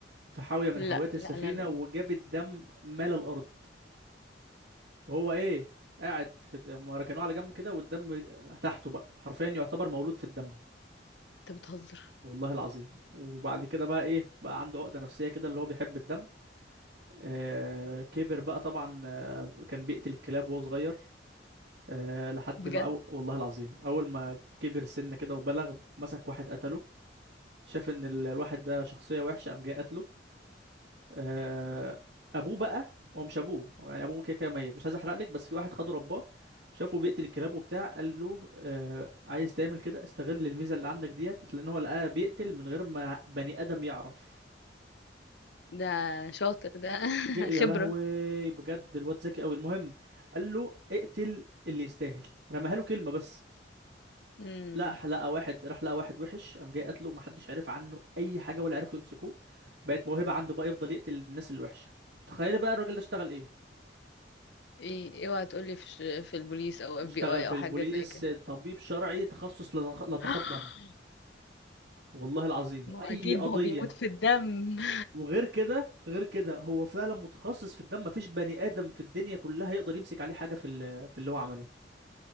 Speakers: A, on the right (about 60°); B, on the left (about 65°).
A: في حاوية من
B: لا
A: حاويات السفينة
B: لا لا لا
A: وجاب الدم مال الأرض وهو إيه قاعد في الد- هما ركنوه على جنب كده والدم تحته بقى حرفيا يعتبر مولود في الدم
B: انت بتهزر
A: والله العظيم وبعد كده بقى ايه بقى عنده عقدة نفسية كده اللي هو بيحب الدم آه كبر بقى طبعا آه كان بيقتل الكلاب وهو صغير أه لحد
B: بجد
A: ما أو... والله العظيم اول ما كبر سنة كده وبلغ مسك واحد قتله شاف ان ال- الواحد ده شخصية وحشة قام جاي قتله أه ابوه بقى هو مش ابوه هو يعني ابوه كده كده ميت مش عايز احرق لك بس في واحد خده رباه شافه بيقتل الكلاب وبتاع قال له أه عايز تعمل كده استغل الميزة اللي عندك ديت لان هو لقاه بيقتل من غير ما بني ادم يعرف
B: ده شاطر ده <laughs>
A: ج- يا
B: خبرة
A: لهوي بجد الواد ذكي قوي المهم قال له اقتل اللي يستاهل رماها له كلمة بس
B: مم.
A: لا حلقة واحد راح لقى واحد وحش قام جاي قتله ومحدش عرف عنه أي حاجة ولا عرفوا يمسكوه بقت موهبة عنده بقى يفضل يقتل الناس الوحشة تخيل بقى الراجل ده اشتغل ايه
B: ايه اوعى تقولي في ش- في البوليس او اف
A: اشتغل
B: بي اي
A: في
B: او
A: البوليس
B: حاجة زي كده
A: طبيب شرعي تخصص لتخ- لتخدم
B: <gasps>
A: دم والله العظيم وأي
B: ما هو أكيد
A: قضية
B: ما هو بيموت في الدم <laughs>
A: وغير كده غير كده هو فعلا متخصص في الدم مفيش بني آدم في الدنيا كلها يقدر يمسك عليه حاجة في ال- في اللي هو عمله